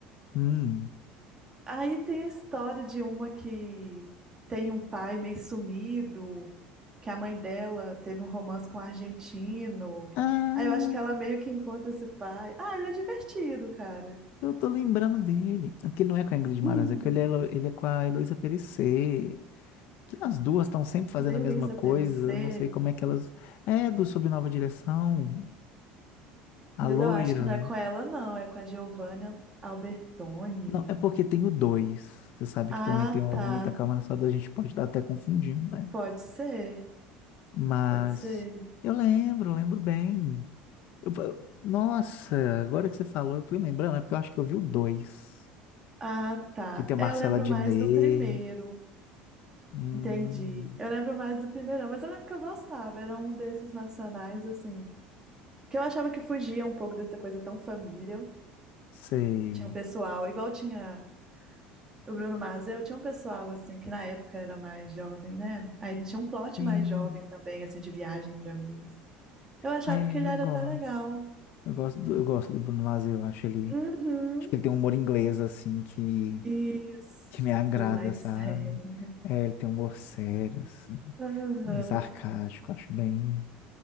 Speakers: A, on the left (about 50°); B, on the right (about 15°).
A: Hum.
B: Aí tem a história de uma que tem um pai meio sumido, que a mãe dela teve um romance com um argentino.
A: Ah,
B: Aí eu acho que ela meio que encontra esse pai. Ah, ele é divertido, cara.
A: eu tô lembrando dele. É Porque não é com a Ingrid Guimarães,
B: Hum.
A: é que ele é, Helo- ele é com a Heloísa Perecer. Que as duas estão sempre fazendo
B: Meio
A: a mesma
B: Isa
A: coisa.
B: Perecer,
A: Eu não sei como é que elas. É do Sob Nova Direção,
B: mas
A: a loira.
B: eu acho que não é com ela, não. É com a Giovanna Albertoni.
A: Não, é porque tem o dois. Você sabe
B: Ah,
A: que também tem o
B: tá.
A: muita calma nessa dor, a gente pode estar até confundindo, né?
B: Pode ser,
A: Mas
B: pode ser.
A: eu lembro, lembro bem. Eu- eu- nossa, agora que você falou, eu fui lembrando, é porque eu acho que eu vi o dois.
B: Ah, tá.
A: Que tem a
B: É,
A: Marcela
B: eu lembro
A: Diné.
B: mais do primeiro.
A: Hum,
B: Entendi. Eu lembro mais do primeirão, mas eu lembro que eu gostava. Era um desses nacionais, assim, que eu achava que fugia um pouco dessa coisa tão família.
A: sei.
B: Tinha um pessoal, igual tinha o Bruno Mazel, tinha um pessoal, assim, que na época era mais jovem, né? Aí ele tinha um plot
A: Sim.
B: mais jovem também, assim, de viagem entre amigos. Eu achava
A: Ai,
B: que ele
A: eu
B: era
A: gosto.
B: até legal.
A: Eu gosto do, eu gosto do Bruno Mars, eu acho ele.
B: Uhum.
A: Acho que ele tem um humor inglês, assim, que,
B: Isso,
A: que me agrada,
B: mais
A: sabe?
B: <laughs> sério.
A: É, ele tem um humor sério, assim,
B: Aham,
A: bem sarcástico, acho bem,